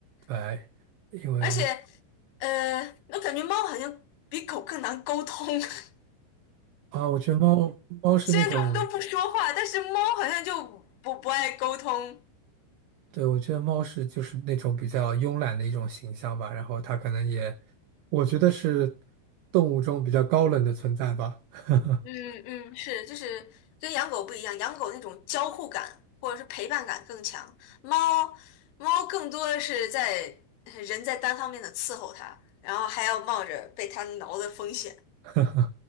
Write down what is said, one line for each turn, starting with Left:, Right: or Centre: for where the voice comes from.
Right: 对，因为
Left: 而且，呃，我感觉猫好像比狗更难沟通。<laughs>
Right: 啊，我觉得猫猫是那种，
Left: 虽然它们都不说话，但是猫好像就不不爱沟通，
Right: 对，我觉得猫是就是那种比较慵懒的一种形象吧，然后它可能也，我觉得是动物中比较高冷的存在吧，<laughs>
Left: 嗯嗯，是，就是跟养狗不一样，养狗那种交互感或者是陪伴感更强，猫猫更多的是在人在单方面的伺候它，然后还要冒着被它挠的风险。
Right: <laughs>